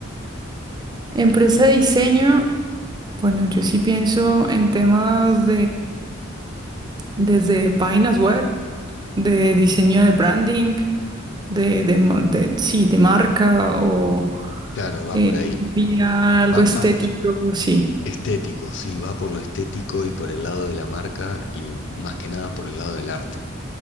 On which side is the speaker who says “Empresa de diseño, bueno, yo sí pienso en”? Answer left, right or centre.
Right